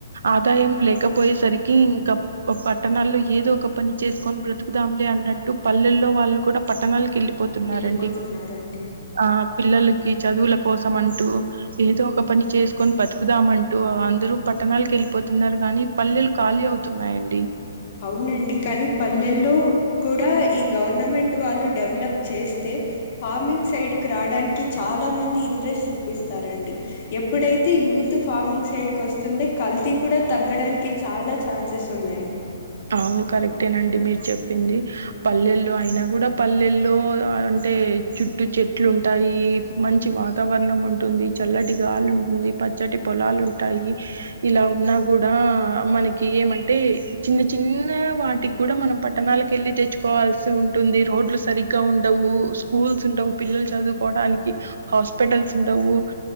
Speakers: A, on the right; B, on the left.
A: ఆదాయం లేకపోయేసరికి ఇంక ఓప్పట్ పట్టణాల్లో ఏదో ఒక పని చేసుకొని బ్రతుకుదాంలే అన్నట్టు పల్లెల్లో వాళ్ళు కూడా పట్టణాలకెళ్ళి పోతున్నారండి
B: ఎళ్ళిపోతున్నారండి.
A: ఆ పిల్లలకి చదువుల కోసం అంటూ ఏదో ఒక పని చేసుకొని బతుకుదామంటూ అందరూ పట్టణాలకేళ్ళిపోతున్నారు గాని పల్లెలు ఖాళీ అవుతున్నాయండి
B: అవునండి కానీ పల్లెళ్ళు కూడా ఈ గవర్నమెంట్ వాళ్ళు డెవలప్ చేస్తే ఫార్మింగ్ సైడ్ కి రాడానికి చాలా మంది ఇంట్రెస్ట్ చూపిస్తారండి ఎప్పుడైతే యూత్ ఫార్మింగ్ సైడ్కి వస్తుంది కల్తీ కూడా తగ్గడానికి చాలా ఛాన్సెస్ ఉన్నాయ్
A: అవును కరెక్టేనండి మీరు చెప్పింది పల్లెల్లో అయినా కూడా పల్లెల్లో అంటే చుట్టూ చెట్లుంటాయి మంచి
B: అవునండి
A: వాతావరణం ఉంటుంది చల్లటి గాలి ఉంటుంది పచ్చటి పొలాలుంటాయి ఇలా ఉన్నా కూడా మనకి ఏమంటే చిన్న చిన్న వాటికి గూడా మనం పట్టణాలకెళ్ళి తెచ్చుకోవాల్సి ఉంటుంది రోడ్లు సరిగ్గా ఉండవు స్కూల్స్ ఉండవ్ పిల్లలు చదువుకోవడానికి హాస్పిటల్స్ ఉండవు